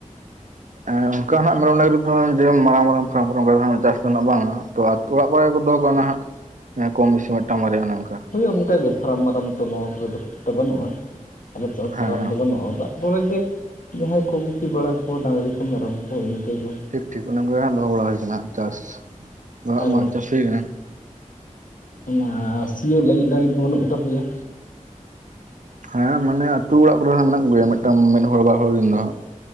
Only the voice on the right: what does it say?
ᱮᱸ ᱚᱝᱠᱟ ᱱᱟᱦᱟᱜ ᱢᱮᱨᱚᱢ ᱰᱟᱹᱝᱨᱤ ᱫᱚ ᱡᱮ ᱢᱟᱨᱟᱝ ᱢᱟᱨᱟᱝ ᱯᱷᱟᱨᱟᱢ ᱠᱚᱨᱮ ᱚᱝᱠᱟ‌ ᱫᱚᱦᱟᱸᱜ ᱪᱟᱥ ᱫᱚ ᱱᱟᱦᱟᱜ ᱵᱟᱝᱟ ᱛᱚ ᱟ ᱛᱳ ᱚᱲᱟᱜ ᱠᱚᱨᱮ ᱜᱮ ᱠᱚ ᱫᱚᱦᱚ ᱠᱟᱜᱼᱟ ᱱᱟᱦᱟᱜ ᱦᱮ ᱠᱚᱢ ᱵᱤᱥᱤ ᱢᱤᱫᱴᱟᱝ ᱵᱟᱨᱭᱟ ᱚᱱᱮ ᱚᱝᱠᱟ᱾
ᱦᱮᱸ
ᱦᱮᱸ
ᱴᱷᱤᱠ ᱴᱷᱤᱠ ᱚᱱᱮ ᱚᱱᱠᱟ ᱜᱮ ᱦᱟᱸᱜ ᱫᱚᱦᱚ ᱵᱟᱲᱟ ᱦᱩᱭ ᱠᱟᱱᱟ ᱱᱟᱜ ᱪᱟᱥ ᱟᱫᱚ ᱦᱟᱸᱜ
ᱵᱟᱝ ᱪᱟᱥ ᱦᱩᱭ ᱠᱟᱱᱟ ᱾
ᱦᱮᱸ ᱢᱟᱱᱮ ᱟᱛᱩ ᱚᱲᱟᱜ ᱠᱚᱨᱮ ᱦᱟᱜ ᱢᱮᱱᱟᱜ ᱠᱚ ᱜᱮᱭᱟ ᱢᱤᱫᱴᱟᱝ ᱢᱤᱫᱦᱚᱲ ᱵᱟᱨ ᱦᱚᱲ ᱨᱮᱱ ᱫᱚ ᱦᱟᱸᱜ᱾